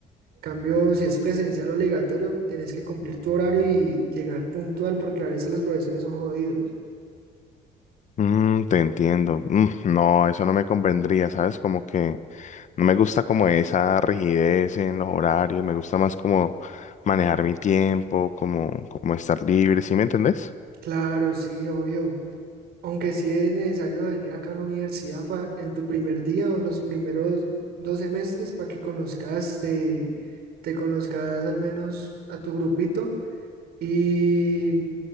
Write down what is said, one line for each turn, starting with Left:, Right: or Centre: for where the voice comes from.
Right: Cambio, si es presencial obligatorio, tenés que cumplir tu horario y llegar puntual porque a veces los profesores son jodidos.
Left: Mm, te entiendo. Mm, no, eso no me convendría, ¿sabes? Como que no me gusta como esa rigidez en los horarios, me gusta más como manejar mi tiempo, como, como estar libre, ¿sí me entendés?
Right: Claro, sí, obvio. Aunque sí es necesario venir acá a la universidad pa- en tu primer día o los primeros dos semestres para que conozcas, eh, te, conozcas al menos a tu grupito y,